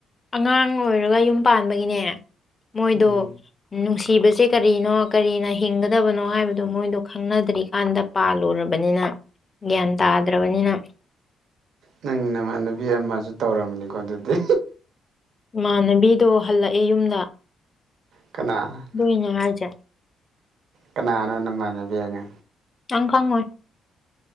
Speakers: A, on the left (about 30°); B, on the right (about 70°).
A: ꯑꯉꯥꯡ ꯑꯣꯏꯔꯒ ꯌꯨꯝ ꯄꯥꯟꯕꯒꯤꯅꯦ ꯃꯣꯏꯗ
B: ꯎꯝ
A: ꯅꯨꯡꯁꯤ ꯁꯤꯕꯁꯦ ꯀꯔꯤꯅꯣ ꯀꯔꯤꯅ ꯍꯤꯡꯒꯗꯕꯅꯣ ꯍꯥꯏꯕꯗꯣ ꯃꯣꯏꯗꯣ ꯈꯪꯅꯗ꯭ꯔꯤꯀꯥꯟꯗ ꯄꯥꯜꯂꯨꯔꯕꯅꯤꯅ ꯒ꯭ꯌꯥꯟ ꯇꯥꯗ꯭ꯔꯕꯅꯤꯅ
B: ꯅꯪꯅ ꯃꯥꯅ ꯌꯥꯝꯃ ꯁꯨ ꯇꯧꯔꯝꯅꯤꯀꯣ ꯑꯗꯨꯗꯤ
A: ꯏꯃꯥꯟꯅꯕꯤꯗꯣ ꯍꯜꯂꯛꯑꯦ ꯌꯨꯝꯗ
B: ꯀꯅꯥ
A: ꯏꯅ ꯍꯥꯏꯖ
B: ꯀꯅꯥꯅꯣꯅ ꯃꯥꯟꯅꯕꯤꯅ
A: ꯑꯪ ꯈꯪ ꯑꯣꯏ